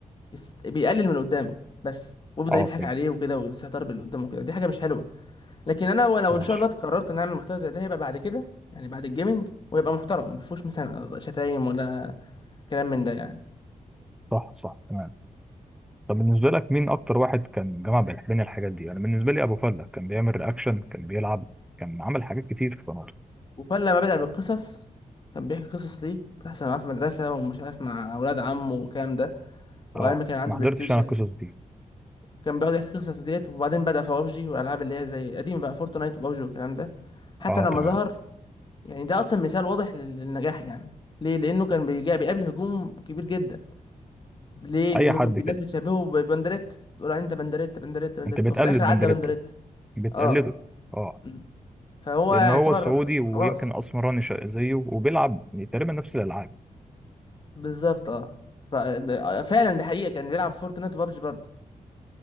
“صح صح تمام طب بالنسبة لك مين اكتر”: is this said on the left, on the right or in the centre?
Centre